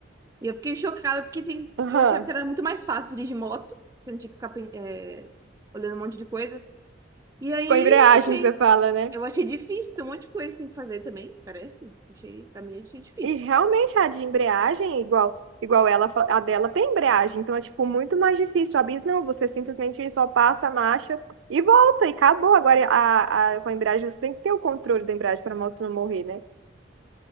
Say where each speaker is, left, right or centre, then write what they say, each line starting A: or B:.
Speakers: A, on the right; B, on the right.
A: E eu fiquei chocada porque tem,
B: Aham.
A: eu achava que era muito mais fácil dirigir moto. Você não tinha que ficar, pen- é, olhando um monte de coisa. E aí
B: Com a embreagem
A: eu achei,
B: que você fala, né?
A: eu achei difícil, tem um monte de coisa que tem que fazer também, parece. Achei, pra mim, achei difícil.
B: E realmente a de embreagem, igual, igual ela, fa- a dela tem embreagem, então é tipo muito mais difícil. A bis não, você simplesmente só passa a marcha e volta e acabou. Agora a, a, com a embreagem você tem que ter o controle da embreagem para a moto não morrer, né?